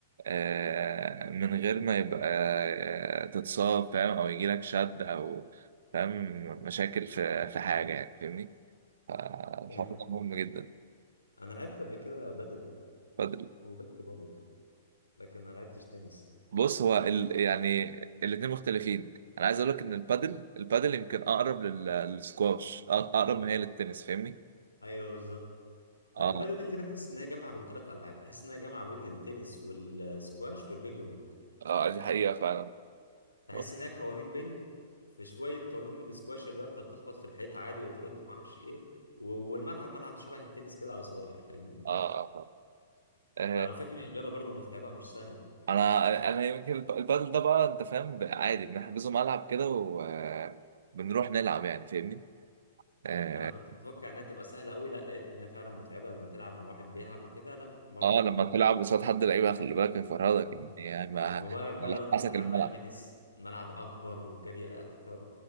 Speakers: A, on the right; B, on the left.
A: آه، من غير ما يبقى آه، تتصاب فاهم او يجي لك شد او فاهم مشاكل في في حاجه يعني فاهمني فالحوار
B: فهمت
A: ده مهم جدا
B: انا لعبت قبل كده بدل
A: بادل
B: وبينج بونج لكن ما لعبتش تنس
A: بص هو ال... يعني الاثنين مختلفين انا عايز اقول لك ان البادل البادل يمكن اقرب لل... للسكواش أق- اقرب ما هي للتنس فاهمني
B: ايوه بالظبط
A: اه
B: لا البدل دي بحس ان هي جامعه بين ثلاث العاب بحس ان هي جامعه بين التنس والسكواش والبينج بونج
A: اه دي حقيقه فعلا <laughs>
B: بحس
A: اه
B: ان هي قوانين بينج في شويه قوانين من السكواش اللي انت بتخبط في الحيطه عادي وترد ما اعرفش ايه و- والملعب ملعب شبه التنس كده على صغير فاهمني
A: اه آه. آه،
B: وعلى فكرة الرياضة برضو متعبة مش سهلة
A: انا انا يمكن الب- البادل ده بقى انت فاهم ب- عادي بنحجزه ملعب كده وبنروح نلعب يعني فاهمني اه
B: أنا كنت متوقع إنها تبقى سهلة أوي لا لقيت إنها فعلا متعبة لما تلعب مع واحد بيلعب وكده لا برضو
A: آه،
B: متعبة
A: لما تلعب قصاد حد لعيبه خلي بالك هيفرهدك
B: آه
A: يعني يعني ما
B: فمبارك بقى
A: على
B: لو أنت
A: حسك
B: بتلعب
A: الملعب
B: بقى تنس ملعب أكبر والجري أكتر